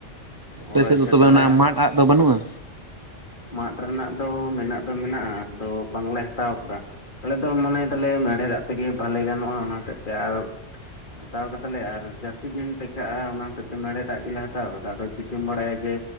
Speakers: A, on the right; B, on the left.
A: ᱟᱯᱮ
B: ᱚ
A: ᱥᱮᱫ
B: ᱟᱪᱪᱷᱟ
A: ᱫᱚ ᱛᱚᱵᱮ
B: ᱛᱟᱦᱚᱞᱮ
A: ᱚᱱᱟ ᱢᱟᱫ-ᱟᱜ ᱫᱚ ᱵᱟᱹᱱᱩᱜ-ᱟ?
B: ᱢᱟᱫ ᱨᱮᱱᱟᱜ ᱫᱚ ᱢᱮᱱᱟᱜ ᱫᱚ ᱢᱮᱱᱟᱜ-ᱟ ᱟᱫᱚ ᱵᱟᱝᱞᱮ ᱦᱟᱛᱟᱣ ᱟᱠᱟᱫᱟ᱾ ᱟᱞᱮ ᱫᱚ ᱢᱚᱱᱮ ᱫᱟᱞᱮ ᱢᱮᱬᱦᱮᱫ ᱫᱟᱜ ᱛᱮᱜᱮ ᱵᱷᱟᱹᱞᱮ ᱜᱟᱱᱚᱜ-ᱟ ᱚᱱᱟ ᱦᱚᱛᱮᱜ ᱛᱮ ᱟᱨ ᱦᱟᱛᱟᱣ ᱠᱟᱫᱟᱞᱮ ᱟᱨ ᱡᱟᱹᱥᱛᱤ ᱫᱤᱱ ᱴᱮᱠᱟᱜ-ᱟ ᱚᱱᱟ ᱦᱚᱛᱮᱜ ᱛᱮ ᱢᱮᱬᱦᱮᱫ ᱟᱜ ᱜᱮᱞᱮ ᱦᱟᱛᱟᱣ ᱠᱟᱫᱟ᱾ ᱟᱫᱚ ᱪᱤᱠᱟᱹᱢ ᱵᱟᱲᱟᱭᱟ ᱡᱮ